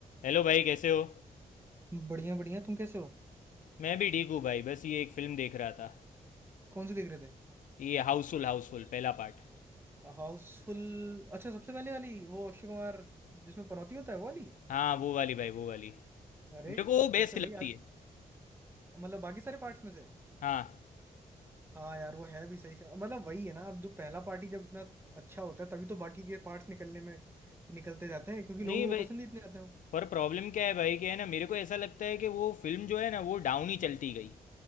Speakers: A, on the left; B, on the right.
A: हेलो भाई कैसे हो
B: बढ़िया बढ़िया तुम कैसे हो
A: मैं भी ठीक हूँ भाई बस ये एक फिल्म देख रहा था
B: कौन सी देख रहे थे
A: ये हाउसफुल हाउसफुल पहला पार्ट
B: हाउसफुल अच्छा सबसे पहले वाली वो अक्षय कुमार जिसमें पनौती होता है वो वाली
A: हाँ वो वाली भाई वो वाली
B: अरे
A: मेरे
B: कैसे
A: को वो बेस्ट लगती
B: भाई आज
A: है
B: मतलब बाकी सारे पार्ट्स में से
A: हाँ
B: हाँ यार वो है भी सही से मतलब वही है ना अब जो पहला पार्टी जब इतना अच्छा होता है तभी तो बाकी के पार्ट्स निकलने में निकलते जाते हैं क्योंकि लोगों
A: नहीं भाई
B: को पसंद ही इतने आते हो
A: पर प्रॉब्लम क्या है भाई कि है ना मेरे को ऐसा लगता है कि वो फिल्म जो है ना वो डाउन ही चलती गई